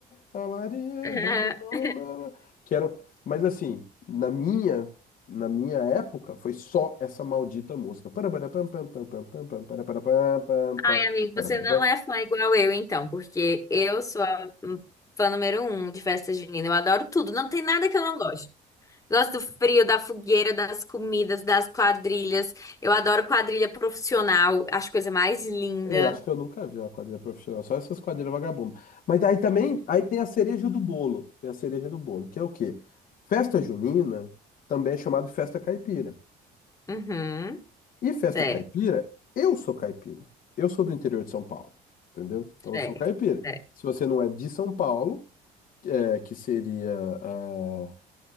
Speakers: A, on the left (about 55°); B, on the left (about 20°).
A: alarie,
B: <laughs>
A: bam, bam, bam, bam, bam. que era, mas assim, na minha, na minha época foi só essa maldita música. Para para pam pam pam pam pam pam para para pam pam
B: Ai,
A: pam
B: amigo,
A: para
B: você
A: para
B: não
A: pam.
B: é fã igual eu, então, porque eu sou a fã número um de festa junina. Eu adoro tudo, não tem nada que eu não gosto. Gosto do frio, da fogueira, das comidas, das quadrilhas. Eu adoro quadrilha profissional, acho coisa mais linda.
A: Eu acho que eu nunca vi uma quadrilha profissional, só essas quadrilhas vagabundas. Mas aí também, aí tem a cereja do bolo, tem a cereja do bolo, que é o quê? Festa junina também é chamada de festa caipira.
B: Uhum,
A: E festa
B: certo,
A: caipira, eu sou caipira. Eu sou do interior de São Paulo, entendeu?
B: certo,
A: Então eu sou caipira.
B: certo.
A: Se você não é de São Paulo, é, que seria, ah,